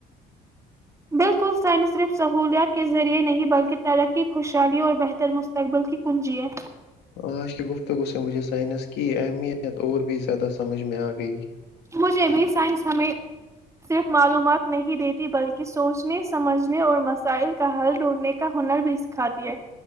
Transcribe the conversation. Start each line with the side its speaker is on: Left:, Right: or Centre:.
Right: بالکل سائنس صرف سہولیات کے ذریعے نہیں بلکہ ترقی خوشحالی اور بہتر مستقبل کی کنجی ہے
Left: آج کی گفتگو سے مجھے سائنس کی اہمیت اور بھی زیادہ سمجھ میں آ گئی
Right: مجھے بھی سائنس ہمیں صرف معلومات نہیں دیتی بلکہ سوچنے سمجھنے اور مسائل کا حل ڈھونڈھنے کا ہنر بھی سکھاتی ہے